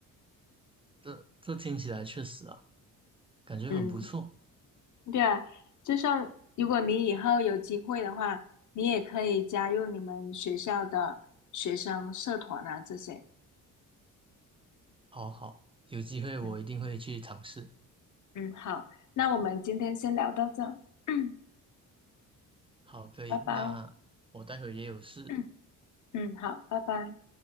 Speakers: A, on the right; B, on the left.
A: 这这听起来确实啊，感觉很不错。
B: 嗯，对啊，就像如果你以后有机会的话，你也可以加入你们学校的学生社团啊这些。
A: 好好，有机会我一定会去尝试。
B: 嗯。嗯，好，那我们今天先聊到这儿 <clears throat>
A: 好，可以，
B: 拜拜，
A: 那我待会也有事。
B: <clears throat> 嗯，好，拜拜。